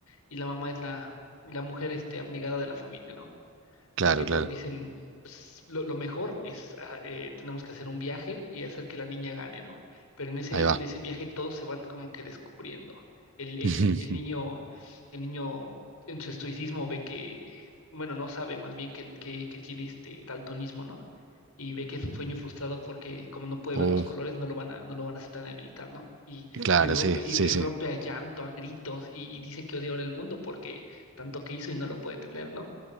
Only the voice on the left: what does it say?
y la mamá es la, la mujer este, abnegada de la familia, ¿no?
Así que todos
dicen, pues lo, lo mejor es, ah, eh, tenemos que hacer un viaje y hacer que la niña gane, ¿no? Pero en ese,
en ese viaje todos se van como que descubriendo. El, el,
el niño, el niño en su estoicismo ve que, bueno, no sabe más bien que, que, que tiene este daltonismo, ¿no? Y ve que es su sueño frustrado porque como no puede
ver los colores, no lo van a, no lo van a aceptar en el militar, ¿no? Y,
y rompe,
y,
y
rompe a llanto, a gritos, y, y dice que odia ahora el mundo porque tanto que hizo y no lo puede tener, ¿no?